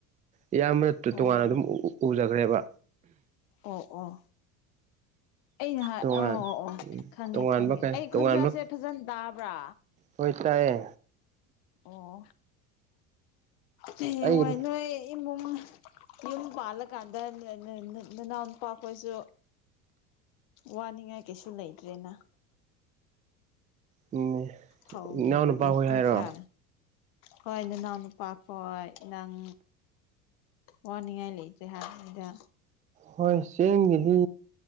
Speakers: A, on the right; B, on the left.
A: ꯏꯌꯥꯝꯕꯅ
B: ꯑꯣ
A: ꯇꯣꯉꯥꯟꯅ ꯑꯗꯨꯝ ꯎꯖꯈ꯭ꯔꯦꯕ
B: ꯑꯣ ꯑꯣ ꯑꯩꯅ ꯍꯥꯏ
A: ꯇꯣꯉꯥꯟ
B: ꯑꯣ ꯑꯣ ꯑꯣ ꯈꯪꯉꯤ
A: ꯇꯣꯉꯥꯟꯕ
B: ꯈꯪꯉꯤ
A: ꯀꯩ
B: ꯑꯩ
A: ꯇꯣꯉꯥꯟꯕ
B: ꯈꯣꯟꯖꯦꯜꯁꯦ ꯐꯖꯅ ꯇꯥꯕ꯭ꯔꯥ
A: ꯍꯣꯏ ꯇꯥꯏꯌꯦ
B: ꯑꯣ ꯍꯥꯌꯦꯡꯋꯥꯏ
A: ꯑꯩꯒꯤꯗꯤ
B: ꯅꯣꯏ ꯏꯃꯨꯡ ꯌꯨꯝ ꯄꯥꯜꯂꯀꯥꯟꯗ ꯅꯅꯥꯎ ꯅꯨꯄꯥ ꯈꯣꯏꯁꯨ ꯋꯥꯅꯤꯡꯉꯥꯏ ꯀꯩꯁꯨ ꯂꯩꯇ꯭ꯔꯦꯅ
A: ꯎꯝ
B: ꯍꯧꯒꯤꯕꯨꯗꯤ
A: ꯏꯅꯥꯎꯅꯨꯄꯥ ꯍꯣꯏ
B: ꯅꯠꯇ꯭ꯔꯥ
A: ꯍꯥꯏꯔꯣ
B: ꯍꯣꯏ ꯅꯅꯥꯎ ꯅꯨꯄꯥ ꯍꯣꯏ ꯅꯪ ꯋꯥꯅꯤꯡꯉꯥꯏ ꯂꯩꯇ꯭ꯔꯦ ꯍꯥꯏꯕꯅꯤꯗ
A: ꯍꯣꯏ ꯆꯦꯡꯒꯤꯗꯤ